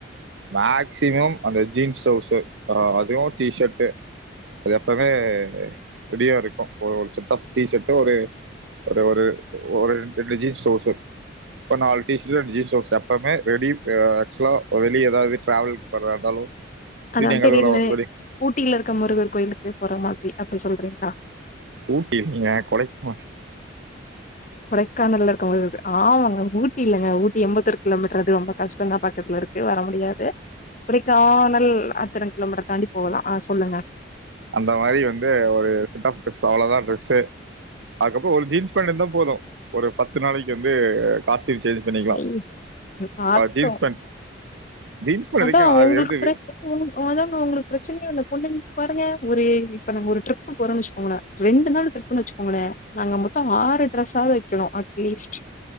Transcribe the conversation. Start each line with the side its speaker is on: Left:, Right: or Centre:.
Right: மேக்சிமம் அந்த ஜீன்ஸ் டிரவுசர் அதுவு டிஷர்ட்டு அது எப்பமே ரெடியா இருக்கு ஒரு செட் ஆஃப் டீ சர்ட் ஒரு அ ஒரு ஒரு ரெண்டு ஜீன்ஸ் டிரவுசர் இப்ப நாலு டிஷர்ட் ஜீன்ஸ்ஸோஸ் எப்பமே ரெடி ஆக்சுவலா வெளிய ஏதாவது டிராவல் படுற இருந்தாலு
Left: அதா
Right: திருட்டு என் கதவுல
Left: தெரியுமே
Right: வெளி
Left: ஊட்டியில இருக்க முருகர் கோயிலுக்கே போற மாதிரி அப்டி சொல்றீங்களா
Right: ஊட்டியில்லைங்க கொடைக்கானல்
Left: கொடைக்கானல்ல இருக்கறவங்களுக்கு ஆமாங்க ஊட்டி இல்லங்க ஊட்டி எண்பத்தொரு கிலோமீட்டர் அது ரொம்போ கஷ்டோ தா பாக்கத்துல இருக் க்கு வர முடியாது இப்புடி கானல் அத்திரோ கிலோமீட்டர் தாண்டி போகலா ஆ சொல்லுங்க
Right: அந்த மாரி வந்து ஒரு செட் ஆஃப் ட்ரெஸ் அவ்வளோதா டிரெஸே அதுக்கப்பறோ ஒரு ஜீன்ஸ் பேண்ட் இருந்தா போது ஒரு பத்து நாளைக்கி வந்து காஸ்ட்யூம் சேஞ்ச் பண்ணிக்கலா
Left: சரி நாத்தோ
Right: அ ஜீன்ஸ் பேண்ட் ஜீன்ஸ் பேண்ட்
Left: அதா
Right: எதுக்கு அத
Left: உங்களுக்கு
Right: எடுத்து
Left: <unintelligible> அதாங்க உங்களுக்கு பிரச்சனையே இல்ல பொண்ணுங் பாருங்க ஒரே இப்ப நாங்க ஒரு ட்ரிப் போறோம் வச்சுக்கோங்களே ரெண்டு நாள் ட்ரிப்புனு வச்சுக்கோங்களே நாங்க மொத்தோ ஆறு டிரெஸ்ஸாவது வைக்கணு லீஸ்ட்டு